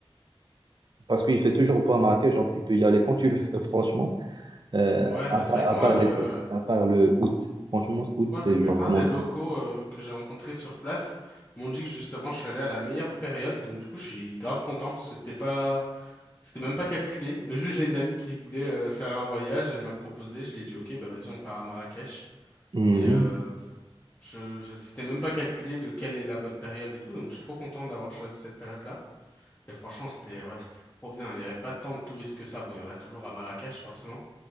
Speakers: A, on the right (about 45°); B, on the left (about 25°).
A: parce qu'il fait toujours beau à Marrakech. Genre, tu peux y aller quand tu veux, <laughs> franchement. Euh,
B: Ouais,
A: à
B: bah
A: part,
B: c'est vrai que
A: à
B: moi,
A: part
B: euh,
A: l'été, à part le août. Franchement, août,
B: moi,
A: c'est,
B: la plupart
A: je recommande
B: des locaux
A: pas.
B: euh, que j'ai rencontrés sur place m'ont dit que justement je suis allé à la meilleure période, donc du coup je suis grave content parce que c'était pas, c'était même pas calculé. <laughs> Juste j'ai une amie qui voulait euh, faire un voyage, elle m'a proposé, je lui ai dit ok, bah vas-y on part à Marrakech,
A: Mhm.
B: mais euh, je, je, c'était même pas calculé de quelle est la bonne période et tout, donc je suis trop content d'avoir choisi cette période-là. Et franchement c'était, ouais, c'était trop bien. Il y avait pas tant de touristes que ça. Bon, il y en a toujours à Marrakech forcément.